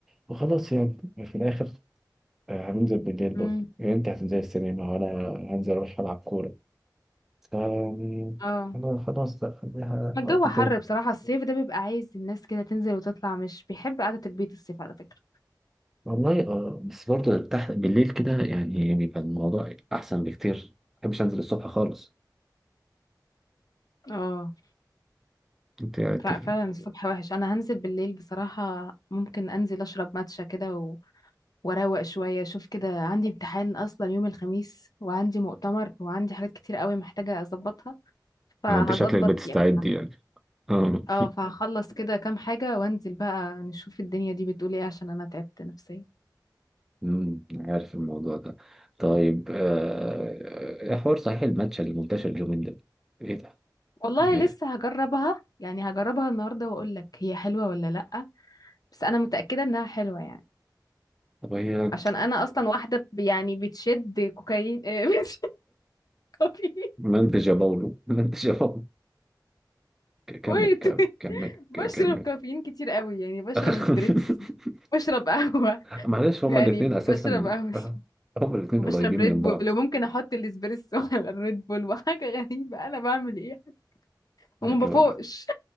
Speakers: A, in the centre; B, on the left.
A: وخلاص يعني في الآخر آه، هننزل بالليل برضه
B: مم.
A: يعني أنت هتنزل السينما وأنا هنزل أروح ألعب كورة ف يعني
B: اه
A: أنا خلاص بقى خليها
B: الجو
A: وقت
B: حر
A: تاني
B: بصراحة الصيف ده بيبقى عايز الناس كده تنزل وتطلع مش بيحب قعدة البيت الصيف على فكرة
A: والله اه بس برضه تحت بالليل كده يعني بيبقى الموضوع أحسن بكتير ما بحبش أنزل الصبح خالص
B: اه
A: انت انت
B: لا فعلا الصبح وحش انا هنزل بالليل بصراحة ممكن انزل اشرب ماتشا كده و... واروق شوية اشوف كده عندي امتحان اصلا يوم الخميس وعندي مؤتمر وعندي حاجات كتير قوي محتاجة اظبطها فهظبط
A: اه انت شكلك بتستعد
B: يعني
A: يعني اه
B: اه فهخلص كده كام حاجة وانزل بقى نشوف الدنيا دي بتقول ايه عشان انا تعبت نفسيا
A: امم عارف الموضوع ده طيب آه، إيه حوار صحيح الماتش اللي منتشر اليومين ده ايه ده
B: والله
A: إيه؟
B: لسه هجربها يعني هجربها النهاردة واقول لك هي حلوة ولا لأ بس انا متأكدة انها حلوة يعني
A: طب هي
B: عشان انا اصلا واحدة ب- يعني بتشد كوكايين <laughs> آه، بتشد كافيين
A: منتج يا باولو <laughs> منتج يا باولو ك- كمل
B: ويت
A: كمل
B: ويت
A: كمل
B: بشرب
A: ك- كمل
B: كافيين كتير قوي يعني بشرب
A: <laughs>
B: اسبريسو بشرب قهوة
A: معلش
B: <laughs>
A: هما
B: يعني
A: الاثنين
B: بشرب
A: اساسا
B: قهوة <laughs>
A: آه، هما الاثنين
B: وبشرب
A: قريبين
B: ريد
A: من بعض
B: بول وممكن احط الاسبريسو <laughs> على الريد بول وحاجة غريبة انا بعمل ايه وما
A: ايوه
B: بفوقش